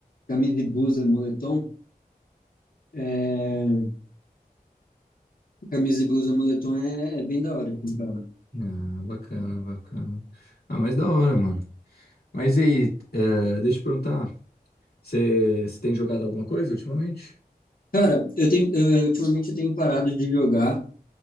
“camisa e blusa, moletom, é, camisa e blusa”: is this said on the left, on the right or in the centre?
Left